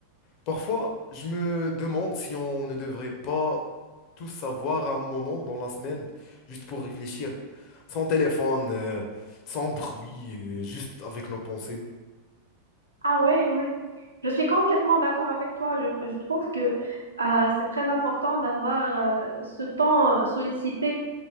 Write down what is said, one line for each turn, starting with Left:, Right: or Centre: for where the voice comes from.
Left: parfois, je me demande si on ne devrait pas tous savoir un moment dans la semaine, juste pour réfléchir, sans téléphone, euh, sans bruit, euh, juste avec nos pensées.
Right: Ah oui, oui. Je suis complètement d'accord avec toi. Je, je trouve que euh, c'est très important d'avoir euh, ce temps euh, sollicité.